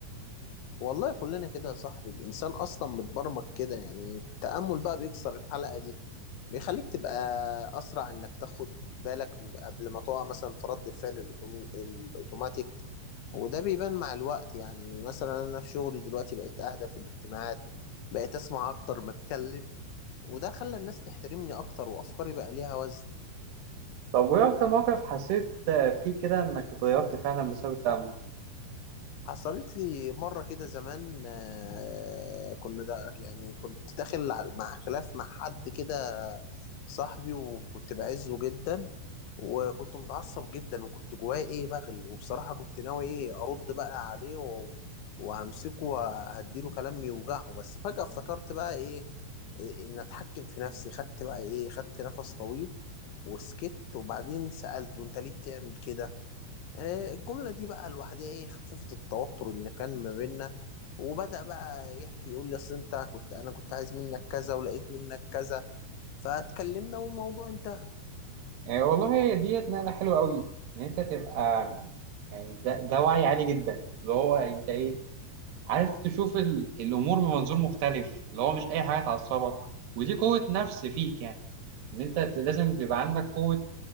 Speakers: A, on the left (about 85°); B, on the right (about 65°).
A: والله كلنا كده يا صاحبي الإنسان أصلا متبرمج كده يعني التأمل بقى بيكسر الحلقة دي بيخليك تبقى أسرع إنك تاخد بالك قبل ما تقع مثلا في رد الفعل الأوتومي... الأوتوماتيك وده بيبان مع الوقت يعني مثلا أنا في شغلي دلوقتي بقيت أهدى في الاجتماعات بقيت أسمع أكتر ما أتكلم وده خلى الناس تحترمني أكتر وأفكاري بقى ليها وزن
B: طب وإيه أكتر موقف حسيت آه، فيه كده إنك اتغيرت فعلا بسبب التأمل؟
A: حصلت لي مرة كده زمان آه، كنا دا يعني كنت داخل على- مع خلاف مع حد كده صاحبي وكنت بعزه جدا وكنت متعصب جدا وكنت جوايا ايه بغلي وبصراحة كنت ناوي ايه ارد بقى عليه و- وهمسكه وهديله كلام يوجعه بس فجأة افتكرت بقى ايه إيه، ان اتحكم في نفسي خدت بقى ايه خدت نفس طويل وسكت وبعدين سألته انت ليه بتعمل كده آه، الجملة دي بقى لوحدها ايه خففت التوتر اللي كان ما بيننا وبدأ بقى يحكي يقول لي اصل انت كنت انا كنت عايز منك كذا ولقيت منك كذا فاتكلمنا والموضوع انتهى
B: يعني والله ديت نقلة حلوة أوي إن أنت تبقى يعني ده, ده وعي عالي جدا اللي هو أنت إيه عارف تشوف ال... الأمور بمنظور مختلف اللي هو مش أي حاجة تعصبك ودي قوة نفس فيك يعني إن أنت ت- لازم يبقى عندك قوة